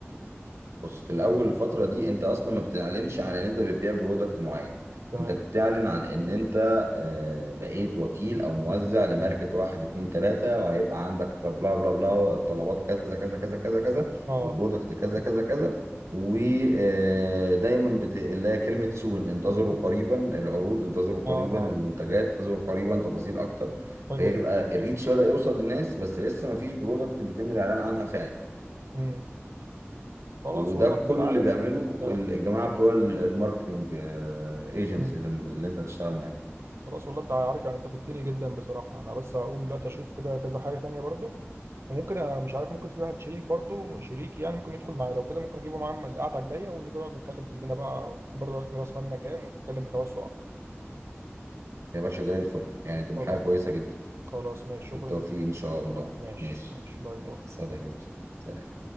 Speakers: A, on the right; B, on the right.
A: بص في الاول الفتره دي انت اصلا ما بتعلنش عن ان انت بتبيع برودكت معين
B: تمام
A: انت بتعلن عن ان انت آه، بقيت وكيل او موزع لماركه واحد اتنين تلاته وهيبقى عندك طب- بلا بلا بلا طلبات كذا كذا كذا كذا كذا
B: اه
A: وبرودكت كذا كذا كذا ودايما
B: مم.
A: بت... اللي هي كلمه سون انتظروا قريبا العروض انتظروا قريبا
B: اه اه
A: المنتجات انتظروا قريبا تفاصيل اكتر
B: حلو
A: فيبقى
B: ده
A: الريتش بدأ يوصل للناس بس لسه ما فيش برودكت بيتم الاعلان عنها فعلا
B: امم خلاص
A: وده
B: والله
A: كله
B: انت عارف
A: اللي بيعمله
B: يعني
A: والجماعه
B: انت
A: بتوع ال- الماركتنج ايجنسي
B: مم.
A: اللي, اللي انت هتشتغل معاهم
B: خلاص والله انت عارف يعني انت فدتني جدا بصراحه انا بس هقوم دلوقتي اشوف كده كذا حاجه تانية برضو وممكن اه، مش عارف ممكن في واحد شريك برضو شريك يعني ممكن يدخل معايا لو كده ممكن اجيبه معايا القعده الجايه ونيجي نقعد نتكلم كلنا بقى برضه عرفنا راس مالنا كام ونتكلم بتوسع اكتر
A: يا باشا زي الفل يعني تبقى
B: خلاص
A: حاجه كويسه جدا
B: خلاص ماشي شكرا
A: بالتوفيق
B: جدا
A: ان شاء الله
B: ماشي
A: ماشي
B: ماشي باي باي
A: سلام يا باشا سلام